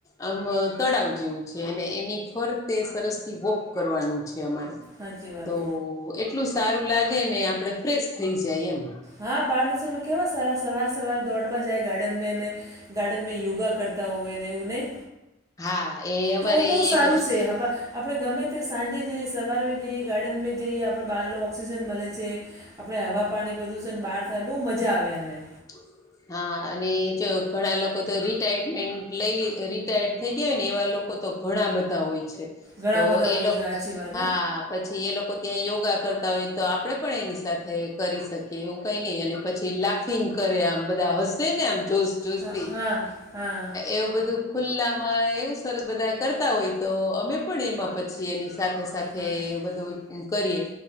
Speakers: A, on the left; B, on the right.
A: આમ તળાવ જેવું છે અને એની ફરતે સરસથી વોક કરવાનું છે અમારે.
B: સાચી વાત
A: તો એટલું સારું લાગે ને આપડે ફ્રેશ થઈ જાય એમ.
B: હા બાર દેશોમાં કેવા સવાર સવાર સવાર દોડમાં જાય ગાર્ડનમે અને ગાર્ડનમે યોગા કરતા હોય ને એવું નહી.
A: હા એ અમારે
B: તો
A: અહીંયા
B: બહુ સારું
A: એમ જ
B: છે હવે આપણે ગમે તે સાંજે જઈએ, સવારમે જઈએ, ગાર્ડનમે જઈએ આપણે બહારનો ઓક્સિજન મલે છે. આપણે હવા, પાણી, પ્રદૂષણ બહાર થાય, બહુ મજા આવે એમને.
A: <inaudible> હા અને જો ઘણા લોકો તો રિટાયરમેન્ટ લઈ લ રિટાયર્ડ થઈ ગયા હોય ને એવા લોકો તો ઘણા બધા હોય છે.
B: ઘણા
A: તો
B: બધા
A: એ
B: હોય
A: લોક,
B: છે સાચી વાત
A: હા પછી એ લોકો ત્યાં યોગા કરતા હોય તો આપણે પણ એની સાથે કરી શકીએ એવું કઈ નહી અને પછી લાફ ટીંગ કરે, આમ બધા હસે ને આમ જોશ જોશથી.
B: હા હા હા
A: એવું બધું ખુલ્લામાં એવું સરસ બધા કરતા હોય તો અમે પણ એમાં પછી એની સાથે સાથે
B: હા
A: એવુ બધું કરીએ.